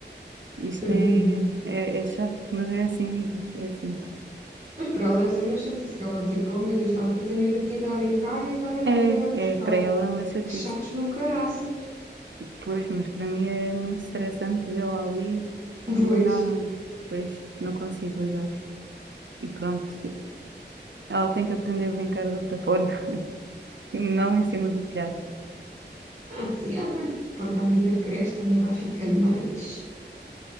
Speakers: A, on the right; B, on the right.
A: Isto
B: Tadinha.
A: é, é, é chato, mas é assim mesmo. É assim.
B: Mas para ela deve ser uma chatice, que ela tipo, oh meu Deus, estava aqui tão divertida a brincar e agora já
A: É,
B: me vieram buscar.
A: é para ela é uma chatice.
B: Que chatos do caraças.
A: E depois, mas para mim é muito estressante vê-la ali
B: <laughs> Pois.
A: Eu não, pois não consigo lidar. E pronto, ela tem que aprender a brincar de outra forma, <laughs> não em cima do telhado.
B: Ah, sim, ah, mas pronto, à medida que cresce também vai ficando mais,